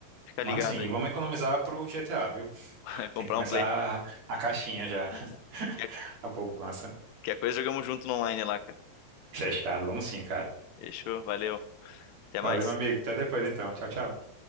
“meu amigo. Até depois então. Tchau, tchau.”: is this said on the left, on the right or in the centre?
Right